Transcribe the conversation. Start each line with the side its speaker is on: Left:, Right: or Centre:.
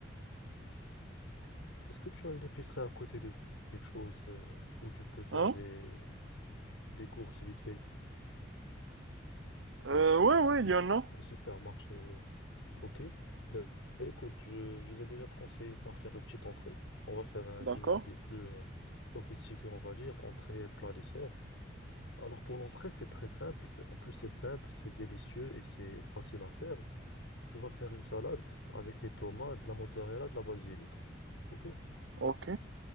Left: Est-ce que tu as une épicerie à côté de quelque chose euh, où tu peux faire
Right: Hein?
Left: des, des courses vite fait?
Right: Euh, ouais, ouais, il y en a.
Left: Un supermarché? Ok. Ben, écoute, je, je vais déjà te conseiller par faire une petite entrée. On va faire un
Right: D'accord.
Left: dîner qui est plus euh, sophistiqué, on va dire, entrée, plat, dessert. Alors pour l'entrée, c'est très simple. C'est, en plus, c'est simple, c'est délicieux et c'est facile à faire. Tu vas faire une salade avec des tomates, de la mozzarella, de la basilic. Ok.
Right: Ok.